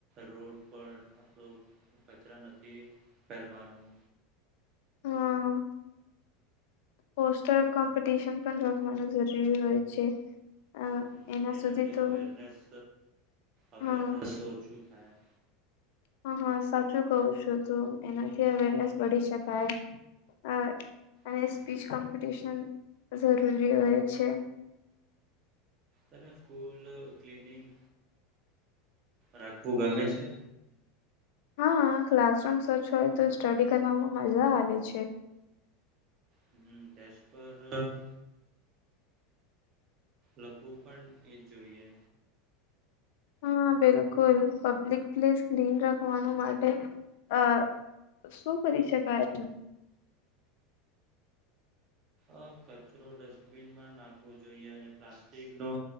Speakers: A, on the right; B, on the left.
A: રોડ પણ આપણો કચરા નથી ફેરવાનું.
B: હમ. પોસ્ટર કોમ્પિટિશન પણ રખવાનું જરૂરી હોય છે. અ
A: હ
B: એના
A: એનાથી
B: સુધી તો
A: અવેરનેસ અવેરનેસ
B: હા
A: ઓછું થાય.
B: હ હા સાચું કહું છું તું એનાથી અવેરનેસ બડી શકાય હ. અને
A: હમ
B: સ્પીચ કોમ્પિટિશન જરૂરી હોય છે.
A: તને સ્કૂલ ક્લીનિંગ. રાખવુ ગમે છે.
B: હા ક્લાસરૂમ સ્વચ્છ હોય તો સ્ટડી કરવામાં મજા આવે છે.
A: હમ્મ <unintelligible> પર. લખવું પણ એજ જોઈએ.
B: હા બિલકુલ પબ્લિક પ્લેસ ક્લીન રાખવાનું માટે અ. શું કરી શકાય.
A: અ કચરો ડસ્ટબિનમાં નાખવો જોઈએ અને પ્લાસ્ટિક નો.